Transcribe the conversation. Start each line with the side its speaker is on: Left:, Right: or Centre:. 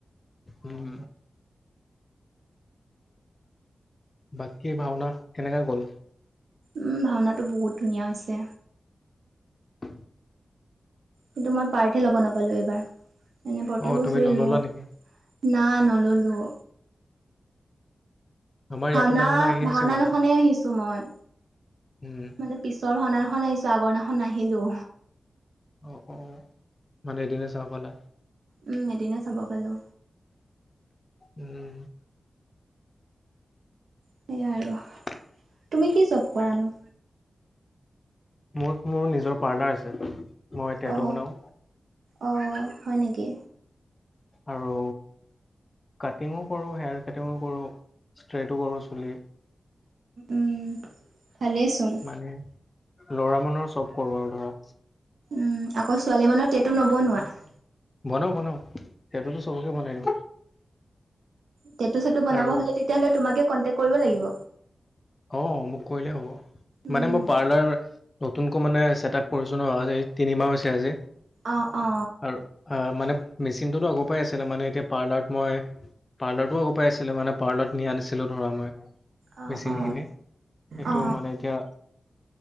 Left: উম বাকী ভাওনা কেনেককাগ'ল
Right: উম ভাওনাটো বহুত ধুনীয়া হৈছে
Left: উ
Right: কিন্তু মই পাৰ্থে ল'ব নাপালো এইবাৰ এনেই প্ৰতেক
Left: অ',
Right: বছুৰে
Left: তুমি নল'লা
Right: লওঁ
Left: নেকি?
Right: না নললো
Left: আমাৰ ইয়াতো
Right: ভাওনা
Left: আহি আছে
Right: ভাওনা
Left: বাৰু।
Right: নখনে আহিছো মই
Left: উম,
Right: মানে পিছৰ ভননাখন আহিছো আগৰ দিনাখন নাহিলো
Left: অ অ মানে এদিনে চাব পালা
Right: উম এদিনে চাব পালো
Left: উম,
Right: সেয়াই আৰু
Left: <unintelligible>
Right: তুমি কি জব কৰা নো
Left: মোৰ মোৰ নিজৰ পাৰ্লাৰ আছে মই টেটু
Right: অ
Left: বনাওঁ
Right: অ হয় নেকি
Left: আৰু কাটিঙো কৰোঁ হেয়াৰ কাটিঙো কৰোঁ ষ্ট্ৰেটো কৰোঁ চুলি
Right: উ ভালেচোন
Left: মানে লৰা মৰ চব কৰোৱাৰ ধৰা
Right: উ আকৌ ছোৱালী মানৰ তেটো নব নোৱাৰা
Left: বনাও বনাও সিহঁটোতো চবকে বনাই দিওঁ
Right: টেটু চিটো বনাব
Left: আৰু
Right: হলে তেতিয়াহলে তোমাকে কন্টেক কৰিব লাগিব
Left: অ মোক কৰিলেই হ'ব
Right: উম
Left: মানে মই পাৰ্লাৰ নতুনকৈ মানে চছেটআপ কৰিছোঁ ন এই তিনিমাহ হৈছে আজি
Right: অ অ
Left: আৰু মানে মেচিনটোো আগৰপৰাই আছিলে মানে এতিয়া পাৰ্লাৰত মই পাৰ্লাৰটো আ পাই আছিলে মানে পাৰ্লত নি আনিছিলো ধৰা মই
Right: অ
Left: মেচিন
Right: অ
Left: খিনি এইটো
Right: অ
Left: মানে এতিয়া